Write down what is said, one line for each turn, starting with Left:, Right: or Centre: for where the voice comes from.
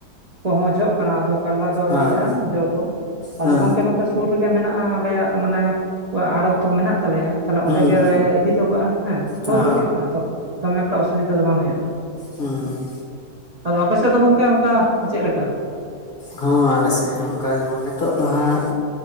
Right: ᱠᱚᱦᱚᱸ ᱡᱚᱜ ᱠᱟᱱᱟ ᱟᱫᱚ ᱠᱟᱨᱞᱟ ᱫᱚ ᱟᱹᱣᱨᱤᱭᱟᱜᱼᱟ
Left: ᱦᱮᱸ
Right: ᱡᱚ ᱫᱚ ᱟᱫᱚ
Left: ᱦᱮᱸ
Right: ᱜᱚᱝᱠᱮ ᱥᱩᱨ ᱨᱮᱜᱮ ᱢᱮᱱᱟᱜᱼᱟ ᱟᱞᱮᱭᱟᱜ ᱢᱟᱱᱮ ᱚᱲᱟᱜ ᱚᱲᱮ ᱛᱚ ᱢᱮᱱᱟᱜ ᱛᱟᱞᱮᱭᱟ᱾ ᱛᱟᱦᱚᱞᱮ
Left: ᱦᱩᱸ
Right: ᱚᱸᱰᱮ ᱜᱮᱞᱮ ᱤᱫᱤ ᱴᱚ ᱠᱟᱜᱼᱟ ᱦᱮᱸ ᱥᱩᱨ
Left: ᱦᱩᱸ ᱚ
Right: ᱨᱮᱜᱮ ᱟᱫᱚ ᱫᱚᱢᱮ ᱛᱚ ᱚᱥᱩᱵᱤᱫᱟ ᱫᱚ ᱵᱟᱝ ᱦᱩᱭᱩᱜᱼᱟ᱾
Left: ᱦᱟᱸ᱾
Right: ᱟᱫᱚ ᱟᱯᱮᱥᱮᱫ ᱫᱚ ᱜᱚᱝᱠᱮ ᱚᱱᱠᱟ ᱥᱮ ᱪᱮᱫ ᱞᱮᱠᱟ?
Left: ᱦᱚᱸ ᱟᱞᱮ ᱥᱮᱫ ᱦᱚᱸ ᱱᱚᱝᱠᱟ ᱜᱮ ᱡᱮᱢᱚᱱ ᱱᱤᱛᱚᱜ ᱫᱚ ᱦᱟᱸᱜ